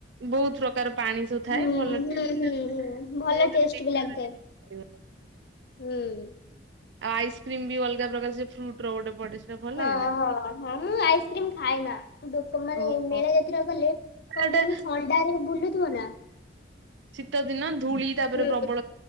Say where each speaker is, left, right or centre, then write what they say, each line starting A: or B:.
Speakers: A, on the right (about 85°); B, on the left (about 65°).
A: ବହୁତ ପ୍ରକାର ପାଣି ସବୁ ଥାଏ
B: ହଁ
A: ଭଲ
B: ହଁ
A: ଟେଷ୍ଟି
B: ହୁଁ
A: ଲାଗୁଥିଲା।
B: ହୁଁ ଭଲ
A: ମୁଁ ଯଦି
B: ଟେଷ୍ଟ
A: ଦି ଥର
B: ବି ଲାଗିଥାଏ।
A: ଯାଇଥିଲି।
B: ହୁଁ।
A: ଆଉ ଆଇସ୍କ୍ରିମ୍ ବି ଅଲଗା ପ୍ରକାର ସେ ଫ୍ରୁଟ ର ଗୋଟେ ପଡେ ସେଟା ଭଲ ଲାଗେ
B: ହଁ
A: ନା।
B: ହଁ ହଁ ମୁଁ ଆଇସ୍କ୍ରିମ ଖାଏ ନାଁ ମାନେ
A: ଓହୋ।
B: ମେଳା ଯାତ୍ରା ଗଲେ କଣ
A: ଏଟା
B: କହନି ଥଣ୍ଡାରେ ବୁଲୁଥିବ ନା
A: ଶୀତ ଦିନ ଧୂଳି ତାପରେ
B: ହୁଁ
A: ପ୍ରବଳ